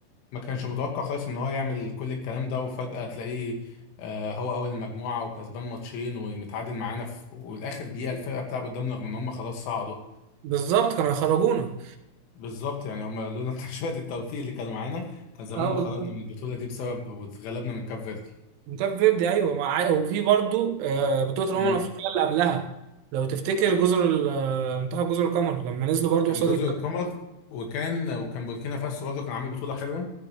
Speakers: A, on the left; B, on the right.
A: ما كانش متوقع خالص ان هو يعمل كل الكلام ده وفجأة تلاقيه آه، هو اول المجموعة وكسبان ماتشين ومتعادل معانا في والاخر دقيقة الفرقة بتلعب قدامنا رغم ان هم خلاص صعدوا
B: بالظبط كانوا هيخرجونا
A: بالظبط يعني هم لولا <laughs> شوية التوفيق اللي كانوا معانا كان زماننا
B: اه والله
A: خرجنا من البطولة دي بسبب واتغلبنا من كاب فيردي
B: كاب فيردي ايوه وع- وفي برضو آه، بطولة الأمم
A: مم.
B: الأفريقية اللي قبلها لو تفتكر جزر ال- آه، منتخب جزر القمر لما نزلوا برضو
A: كان
B: قصاد
A: جزر
B: الكاميرون.
A: القمر وكان وكان بوركينا فاسو برضه كان عامل بطولة حلوة